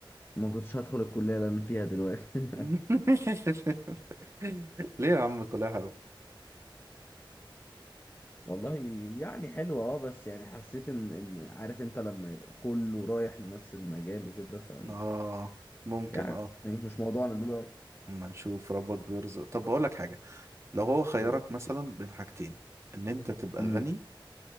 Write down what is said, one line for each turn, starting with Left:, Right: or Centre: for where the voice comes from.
Left: ما كنتش هدخل الكلية اللي انا فيها دلوقتي
Right: <laughs> ليه يا عم كلها حلو
Left: <laughs> والله يعني حلوة اه بس يعني حسيت ان ان عارف انت لما يبقى كله رايح لنفس المجال وكده ف
Right: اه ممكن
Left: يعني
Right: اه
Left: مش موضوعنا دلوقتي
Right: اما نشوف ربك بيرزق طب بقول لك حاجه لو هو خيرك
Left: قول لي
Right: مثلا بين حاجتين ان انت تبقى
Left: امم
Right: غني